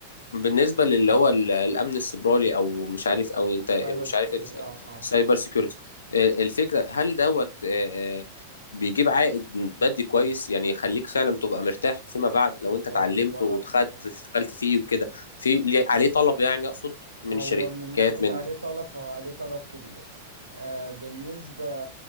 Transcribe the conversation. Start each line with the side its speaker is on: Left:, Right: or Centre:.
Left: بالنسبه للي هو ال- الامن السيبراني او مش عارف او انت مش
Right: سايبر سيكيورتي
Left: عارف الس-
Right: اه اه
Left: السايبر سيكيورتي آه، الفكره هل دوت آه، آه، بيجيب عائد مادي كويس يعني يخليك فعلا تبقى مرتاح فيما بعد لو انت
Right: هو
Left: اتعلمته ودخلت اشتغلت فيه وكده في ليه- عليه طلب يعني اقصد من
Right: هو
Left: الشركات
Right: من ناحية
Left: من
Right: عليه طلب فهو عليه طلب كبير آه، بالنسبة